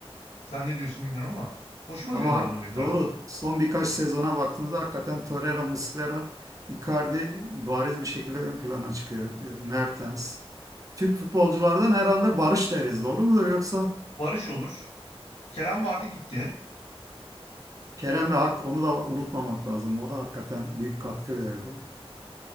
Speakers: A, on the left; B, on the right.
A: Sen ne diyorsun bilmiyorum ama hoşuma
B: Ama
A: gidiyordu
B: hak-
A: adamın oyun tarzı.
B: doğru. Son birkaç sezona baktığımızda hakikaten Torreira, Muslera, Icardi bariz bir şekilde ön plana çıkıyor. Mertens. Türk futbolculardan herhalde Barış deriz. Doğru mudur? Yoksa
A: Barış olur. Kerem vardı gitti.
B: Kerem'le Hak onu da unutmamak lazım. O da hakikaten büyük katkı verdi.